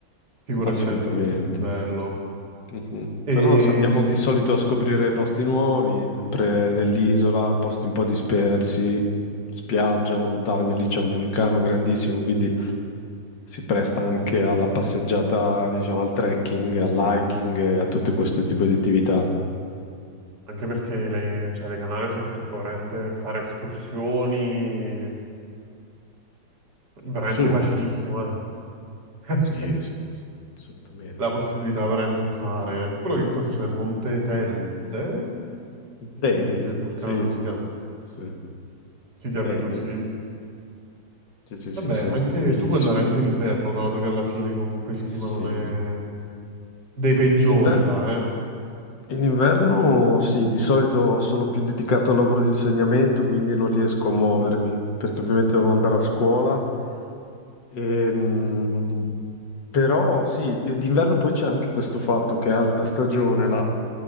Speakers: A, on the right; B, on the left.
A: figura
B: assolutamente.
A: ti rende tutto più bello.
B: Mhm. Se
A: E
B: no, se andiamo
A: mh,
B: di solito a scoprire posti nuovi, sempre nell'isola, posti un po' dispersi, spiaggia, montagna, lì c'è un vulcano grandissimo, quindi si presta anche alla passeggiata, diciamo, al trekking, all'hiking e a tutto questo tipo di attività.
A: anche perché le, cioè, le canali, soprattutto, veramente fare escursioni, eh, veramente
B: Al suo?
A: facilissimo, eh. <laughs>
B: Sì, sì, assolutamente.
A: La possibilità veramente di fare. eh. Quello che cosa c'è? Il Monte Telde? possibile,
B: Teide,
A: il vulcano
B: sì,
A: si chiama.
B: sì,
A: si chiami
B: Teide,
A: così.
B: sì, sì, sì,
A: Vabbè,
B: sì,
A: anche
B: bellissimo.
A: tu puoi andare anche in inverno, dato che alla fine comunque il
B: Sì.
A: clima non è dei peggiori
B: In inver-
A: là, eh?
B: in inverno sì, di solito sono più dedicato al lavoro di insegnamento, quindi non riesco a muovermi, perché ovviamente devo andare a scuola. Ehm, però sì, eh, d'inverno poi c'è anche questo fatto che è alta stagione là,